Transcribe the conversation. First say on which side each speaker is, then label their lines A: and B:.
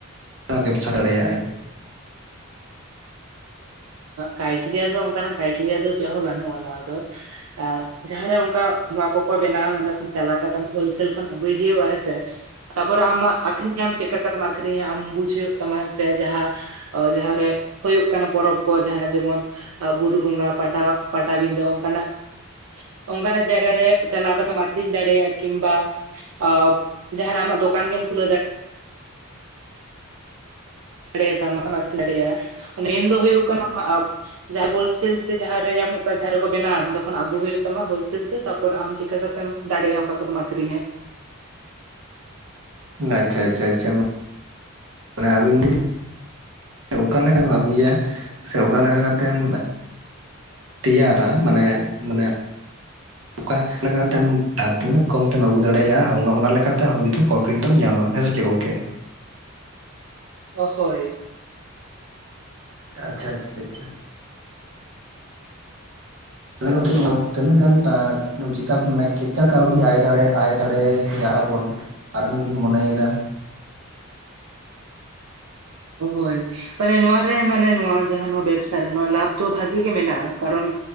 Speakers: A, on the right (about 70°); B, on the right (about 85°).
A: ᱵᱮᱵᱽᱥᱟ ᱫᱟᱲᱮᱭᱟᱜᱼᱟᱭ
B: ᱠᱟᱭᱴᱮᱨᱤᱭᱟ ᱫᱚ ᱚᱱᱠᱟᱱᱟᱜ ᱠᱟᱭᱴᱮᱨᱤᱭᱟ ᱫᱚ ᱪᱮᱫ ᱦᱚᱸ ᱵᱟᱹᱱᱩᱜᱼᱟ ᱱᱚᱣᱟ ᱫᱚ ᱮ ᱡᱟᱦᱟᱸᱨᱮ ᱚᱱᱠᱟ ᱱᱚᱣᱟ ᱠᱚᱠᱚ ᱵᱮᱱᱟᱣᱟ ᱱᱚᱰᱮ ᱠᱷᱚᱱ ᱪᱟᱞᱟᱣ ᱠᱟᱛᱮ ᱦᱳᱞ ᱥᱮᱞ ᱠᱷᱚᱱ ᱟᱹᱜᱩᱭ ᱦᱩᱭᱩᱜᱼᱟ ᱦᱮᱸᱥᱮ ᱛᱟᱯᱚᱨ ᱟᱢᱟᱜ ᱟᱠᱷᱨᱤᱧᱮᱢ ᱪᱮᱫ ᱞᱮᱠᱟ ᱠᱟᱛᱮᱢ ᱟᱠᱷᱨᱤᱧᱟ ᱟᱢ ᱵᱩᱡᱷ ᱦᱩᱭᱩᱜ ᱛᱟᱢᱟ ᱥᱮ ᱡᱟᱦᱟᱸ ᱡᱟᱦᱟᱸᱨᱮ ᱦᱩᱭᱩᱜ ᱠᱟᱱᱟ ᱯᱚᱨᱚᱵᱽ ᱠᱚ ᱡᱟᱦᱟᱱᱟᱜ ᱡᱮᱢᱚᱱ ᱵᱩᱨᱩ ᱵᱚᱸᱜᱟ ᱯᱟᱴᱟ ᱯᱟᱴᱟᱵᱤᱸᱫᱟᱹ ᱚᱱᱠᱟᱱᱟᱜ ᱚᱱᱠᱟᱱᱟᱜ ᱡᱟᱭᱜᱟ ᱨᱮ ᱪᱟᱞᱟᱣ ᱠᱟᱛᱮᱢ ᱟᱠᱷᱨᱤᱧ ᱫᱟᱲᱮᱭᱟᱜᱼᱟ ᱠᱤᱝᱵᱟ ᱟ ᱡᱟᱦᱱᱟᱜ ᱟᱢᱟᱜ ᱫᱚᱠᱟᱱ ᱜᱮᱢ ᱠᱷᱩᱞᱟᱹᱣ ᱫᱟᱲᱮᱭᱟᱜᱼᱟ ᱫᱟᱲᱮ ᱭᱟᱛᱟᱢᱟ ᱢᱟ ᱛᱚᱢ ᱟᱠᱷᱨᱤᱧ ᱫᱟᱨᱮᱭᱟᱜᱟᱼᱟ ᱢᱮᱱ ᱫᱚ ᱦᱩᱭᱩᱜ ᱠᱟᱱᱟ ᱡᱟᱦᱟᱸ ᱦᱳᱞᱥᱮᱞ ᱛᱮ ᱡᱟᱦᱟᱸᱨᱮ ᱧᱟᱢᱚᱜ ᱠᱟᱱ ᱡᱟᱦᱟᱸᱟᱸ ᱨᱮᱠᱚ ᱵᱮᱱᱟᱣᱟ ᱚᱸᱰᱮ ᱠᱷᱚᱱ ᱟᱹᱜᱩ ᱦᱩᱭᱩᱜ ᱛᱟᱢᱟ ᱦᱳᱞᱥᱮᱞ ᱛᱮ ᱛᱟᱨᱯᱚᱨ ᱟᱢ ᱪᱤᱠᱟ ᱠᱟᱛᱮ ᱮᱢ ᱫᱟᱲᱮᱭᱟᱜᱼᱟ ᱚᱱᱠᱟ ᱠᱟᱛᱮᱢ ᱟᱠᱷᱨᱤᱧ ᱤᱧᱟ
A: ᱟᱪᱪᱷᱟ ᱟᱪᱪᱷᱟ ᱟᱪᱪᱷᱟ ᱟᱵᱤᱱ ᱚᱠᱟᱮ ᱞᱮᱠᱟᱢ ᱟᱹᱜᱩᱭᱟ ᱥᱮ ᱚᱠᱟ ᱞᱮᱠᱟ ᱠᱟᱛᱮᱢ ᱛᱮᱭᱟᱨᱟ ᱢᱟᱱᱮ ᱢᱟᱱᱮ ᱚᱠᱟ ᱞᱮᱠᱟ ᱠᱟᱛᱮ ᱛᱤᱱᱟᱹᱜ ᱠᱚᱢ ᱛᱮᱢ ᱟᱹᱜᱩ ᱫᱟᱲᱮᱭᱟᱜᱼᱟ ᱚᱱᱟ ᱞᱮᱠᱟᱛᱮ ᱟᱢ ᱫᱚ ᱠᱤᱱᱛᱩ ᱯᱨᱚᱯᱷᱤᱴ ᱫᱚᱢ ᱧᱟᱢᱟ ᱦᱮᱸ ᱥᱮ ᱪᱮᱫ ᱜᱚᱝᱠᱮ
B: ᱚᱵᱚᱥᱥᱚᱭ
A: ᱟᱪᱪᱷᱟ ᱟᱪᱪᱷᱟ ᱟᱪᱪᱷᱟ ᱛᱟᱦᱚᱞᱮ ᱜᱚᱢᱠᱮ ᱱᱚᱣᱟ ᱛᱤᱱᱟᱹᱜ ᱜᱟᱱ ᱪᱮᱠᱟ ᱢᱟᱱᱮᱮ ᱪᱮᱠᱟ ᱠᱟᱹᱣᱰᱤ ᱟᱭ ᱫᱟᱲᱮᱭᱟᱜ-ᱟᱭ ᱫᱟᱲᱮᱭᱟᱜᱼᱟ ᱵᱚᱱ ᱟᱵᱤᱱ ᱵᱤᱱ ᱢᱚᱱᱮᱭᱮᱫᱟ
B: ᱦᱳᱭ ᱢᱟᱱᱮ ᱱᱚᱣᱟᱣᱟ ᱨᱮ ᱢᱟᱱᱮ ᱱᱚᱣᱟ ᱡᱟᱦᱟᱸ ᱱᱚᱣᱟ ᱵᱮᱵᱥᱟ ᱨᱮ ᱱᱚᱣᱟ ᱞᱟᱵᱷ ᱫᱚ ᱵᱷᱟᱜᱤ ᱜᱮ ᱢᱮᱱᱟᱜᱼᱟ ᱠᱟᱨᱚᱱ